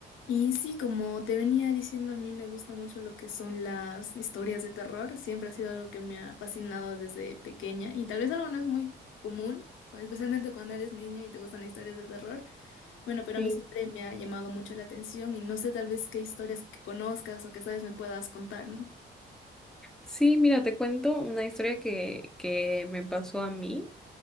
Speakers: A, on the left; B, in the centre.
A: Y sí, como te venía diciendo, a mí me gusta mucho lo que son las historias de terror. Siempre ha sido algo que me ha fascinado desde pequeña y tal vez algo no es muy común, especialmente cuando eres niño y te gustan las historias de terror. Bueno, pero
B: Sí,
A: a mí siempre me ha llamado mucho la atención y no sé tal vez qué historias que conozcas o que sabes me puedas contar, ¿no?
B: sí, mira, te cuento una historia que, que me pasó a mí.